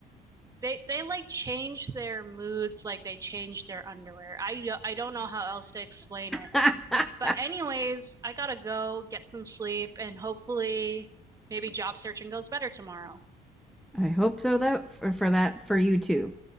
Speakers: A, on the right; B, in the centre.
A: they they like change their moods like they change their underwear. I I don't know how else to explain it.
B: <laughs>
A: But
B: I
A: anyways, I gotta go get some sleep and hopefully maybe job searching goes better tomorrow.
B: hope so though for, for that for you too.